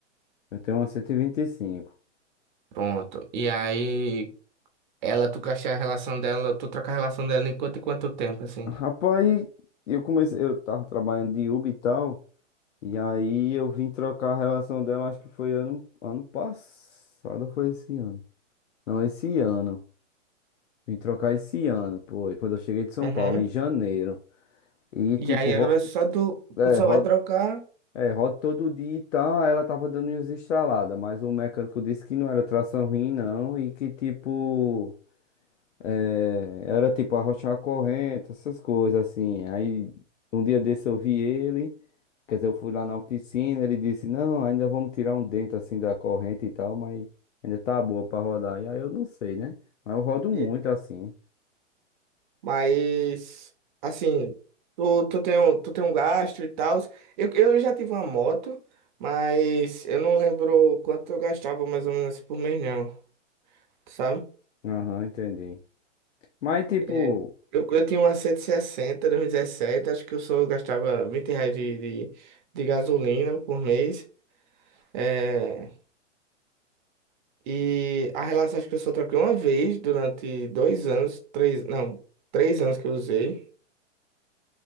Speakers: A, on the left; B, on the right.
A: Eu tenho uma cento e e vinte e cinco
B: pronto. E aí, ela, tu gastar a relação dela, tu troca a relação dela em quanto e quanto tempo, assim?
A: Rapaz, eu comecei, eu tava trabalhando de Uber e tal. E aí eu vim trocar a relação dela, acho que foi ano, ano passado, ou foi esse ano. Não, esse ano. Vim trocar esse ano, pô, e quando eu cheguei de São
B: Uhum.
A: Paulo, em janeiro. E
B: E
A: tipo,
B: aí
A: ro-
B: agora é só tu,
A: é,
B: tu só
A: roda,
B: vai trocar,
A: é, roda todo dia e tal, aí ela tava dando umas estraladas, mas o mecânico disse que não era tração ruim, não, e que tipo, é, era tipo arrochar a corrente, essas coisas assim. Aí um dia desse eu vi ele. Quer dizer, eu fui lá na piscina, ele disse, não, ainda vamos tirar um dente assim da corrente e tal, mas ainda tá boa pra rodar. E aí eu não sei, né? Mas eu rodo
B: e-
A: muito assim.
B: mas assim, tu, tu tem um, tu tem um gasto e tal. Eu, eu já tive uma moto, mas eu não lembro quanto eu gastava mais ou menos por mês não, sabe?
A: Aham, entendi. Mas tipo,
B: É, eu, eu tinha uma cento e sessenta dois mil e dezessete acho que eu só gastava 20 reais de, de, de gasolina por mês. É, e a relação acho que eu só troquei uma vez durante dois anos, três, não, três anos que eu usei.